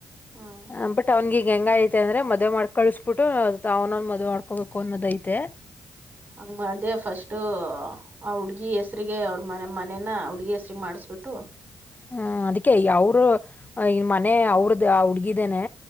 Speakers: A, on the right; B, on the left.
A: ಹ್ಮ್
B: ಹ ಬಟ್ ಅವ್ನ್ಗೀಗೆಂಗಾಯ್ತ್ ತೆ ಅಂದ್ರೆ ಮದ್ವೆ ಮಾಡ್ಕಳಿಸ್ಬಿಟ್ಟು ತಾವ್ನ ಮದ್ವೆ ಮಾಡ್ಕೋಬೇಕು ಅನ್ನೋದೈತೆ.
A: ಹಂಗ ಮಾಡ್ದೆ ಫಸ್ಟು ಆ ಹುಡ್ಗಿ ಹೆಸ್ರರಿಗೆ ಅವ್ರ ಮನೆ ಮನೇನ ಆ ಹುಡ್ಗಿ ಹೆಸ್ರ್ಗ್ ಮಾಡಿಸ್ಬಿಟ್ಟು
B: ಹ್ಮ ಅದಕ್ಕೆ ಈ ಅವ್ರು ಇನ್ ಮನೆ ಅವ್ರದು ಆ ಹುಡ್ಗಿದೇನೆ.